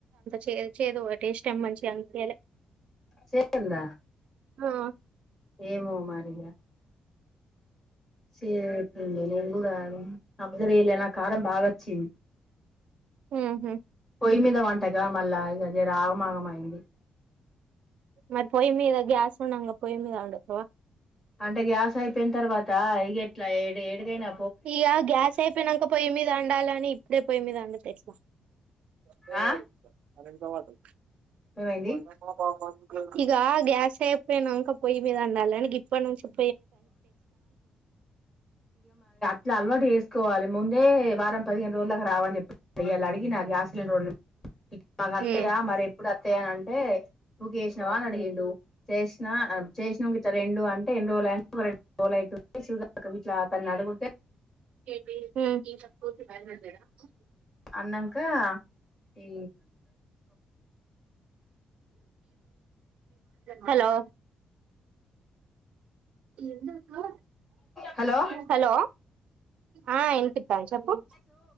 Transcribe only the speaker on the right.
చేదు చేదు ఒకటే టెస్ట్ ఏం మంచిగ అనిపిలే
హ్మ
హ్మ హ్మ
మరి పొయ్యి మీదా గ్యాస్ ఉండగా పోయ్యి మీదా ఒండుతవ
ఇక గ్యాస్ అయిపోయినాక పోయి మీద ఓలి అని ఇప్పుడే పోయి మీద ఒండుతే ఎట్లా <unintelligible>
ఇక గ్యాస్ అపోయినాంకా పొయ్య మీద ఒండలి అని గీ అప్పనుంచి <unintelligible>
ఉమ్
హ్మ్
హలో ఎందకా
హలో ఆ ఎనిపితంది చెప్పు